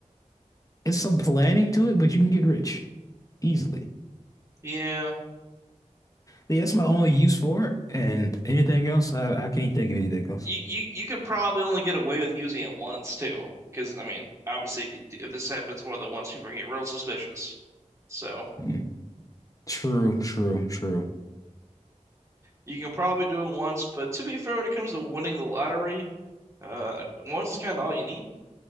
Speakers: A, on the left (about 25°); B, on the right (about 25°).
A: It's some planning to it, but you can get rich easily.
B: yeah.
A: Yeah, that's my only use for it. And anything else, I, I can't think of anything else.
B: You you you could probably only get away with using it once too, because I mean, obviously, if you if this happens more than once, people are gonna get real suspicious. So
A: Mm. True, true, true.
B: you can probably do it once, but to be fair, when it comes to winning the lottery, uh, once is kind of all you need.